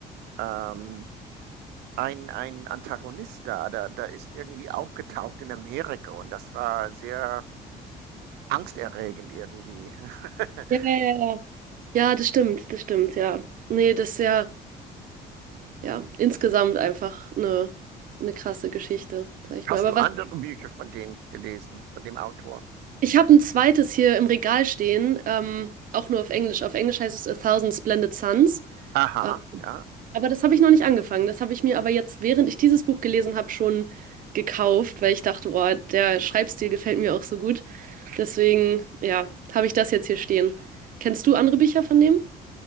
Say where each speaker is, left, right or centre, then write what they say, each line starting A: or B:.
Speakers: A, on the right; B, on the right.
A: ähm, ein, ein Antagonist da, da, da ist irgendwie aufgetaucht in Amerika und das war sehr angsterregend irgendwie. <laughs>
B: Ja, ja, ja, ja. Ja, das stimmt, das stimmt, ja. Nee, das ist ja, ja, insgesamt einfach eine, eine krasse Geschichte, sag ich
A: Hast
B: mal. Aber
A: du
B: was
A: andere Bücher von dem gelesen, von dem Autor?
B: Ich habe ein zweites hier im Regal stehen, ähm, auch nur auf Englisch. Auf Englisch heißt es A Thousand Splendid Suns.
A: Aha,
B: Äh,
A: ja,
B: aber das habe ich noch nicht angefangen. Das habe ich mir aber jetzt, während ich dieses Buch gelesen habe, schon gekauft, weil ich dachte, boah, der Schreibstil gefällt mir auch so gut. Deswegen, ja, habe ich das jetzt hier stehen. Kennst du andere Bücher von dem?